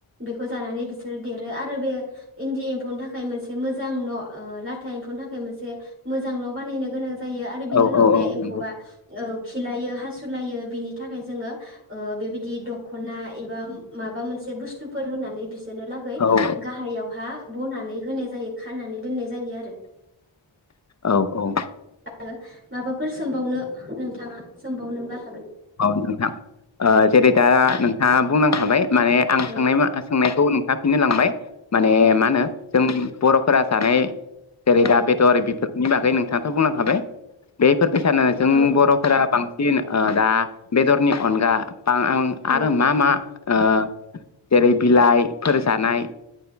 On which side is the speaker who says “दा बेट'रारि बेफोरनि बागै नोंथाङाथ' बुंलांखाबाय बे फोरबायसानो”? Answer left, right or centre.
Left